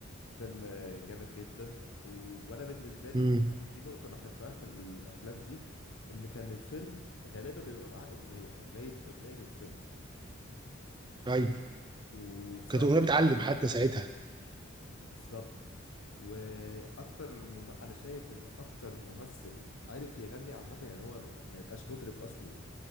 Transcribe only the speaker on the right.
امم
ايوه
كانت الاغنيه بتعلم حتى ساعتها